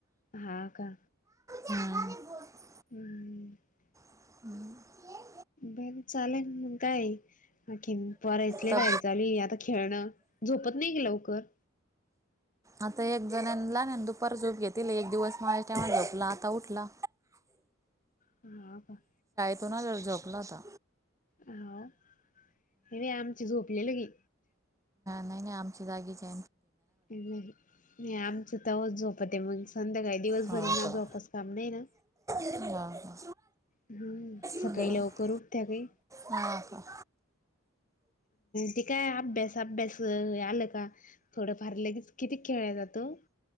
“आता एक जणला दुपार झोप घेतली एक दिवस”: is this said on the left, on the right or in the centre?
Right